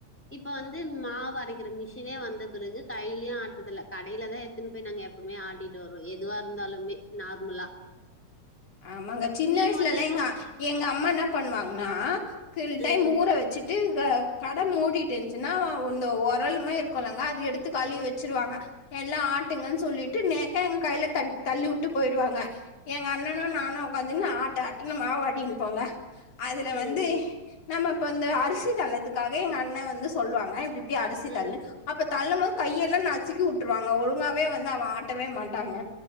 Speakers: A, in the centre; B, on the left.
A: இப்ப வந்து இது மாவு அரைக்கிற மிஷினே வந்து த்த பிறகு கைலயு ஆட்றதில்ல கடைல தா எத்துன்னு போய் நாங்க எப்பமே ஆட்டிட்டு வருவோம் எதுவா இருந்தாலுமே நார்மலா
B: ஆமாங்க சின்ன
A: நீங்க
B: வயசிலல்லா
A: வந்து என்
B: எங்க எங்க அம்மான்னா பண்ணுவாங்கன்னா கில் டைம்
A: ம்
B: ஊற வச்சிட்டு க கடை மூடிட்டு இருந்துச்சுன்னா அந்த உரலுமா இருக்குல்லங்க அது எடுத்து கழுவி வெச்சிருவாங்க. எல்லா ஆட்டுங்கன் சொல்லிட்டு நேக்க எங்க கையில த தள்ளி உட்டு போயிடுவாங்க. எங்க அண்ணனு நானு உக்காந்துகினு ஆட்டு ஆட் டுனு மாவாட்டின் போங்க அதுல
A: ம்
B: வந்து
A: ம்
B: நம்ம இப்ப வந்து அரிசி தள்ளத்துக்காக எங்க அண்ணே வந்து சொல்லுவாங்க இப்டி இப்டி அரிசி
A: ம்
B: தள்னு அப்ப தள்ளும்போது கையெல்லா நசுக்கி உட்ருவாங்க ஒழுங்காவே வந்து அவ ஆட்டவே மாட்டாங்க